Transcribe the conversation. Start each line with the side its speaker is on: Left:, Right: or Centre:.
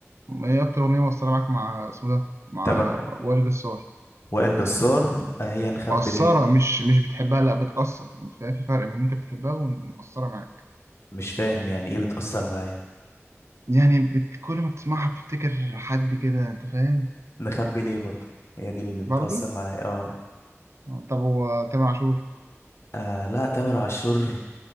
Right: ايه اكتر اغنية مؤثرة معاك مع اسمه ده مع
Left: تامر
Right: وائل جسار
Left: وائل جسار آه هي نخبي
Right: مقصرة
Left: ليه
Right: مش مش بتحبها لا بتأثر انت فاهم في فرق بين ان انت بتحبها ومقصرة معاك
Left: مش فاهم يعني ايه بتأثر معايا
Right: يعني بت... كل ما بتسمعها بتفتكر حد كده انت فاهم
Left: نخبي ليه برضه هي دي اللي بتأثر
Right: برضو
Left: معايا اه
Right: آه، طب هو تامر عاشور
Left: آه لا تامر عاشور